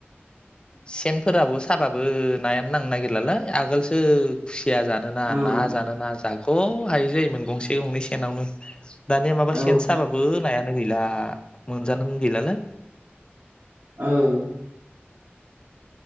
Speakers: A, on the left; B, on the right.
A: सेनफोराबो साबाबो नायानो नांनो नागिरलालाय आगोलसो खुसि या जानोना
B: औ
A: ना जानोना जाख ख हायै जायोमोन गंसे गंनै सेनावनो दानिया माबा
B: औ
A: सेन साबाबो नाया नो गैला मोनजानो गैलालै
B: औ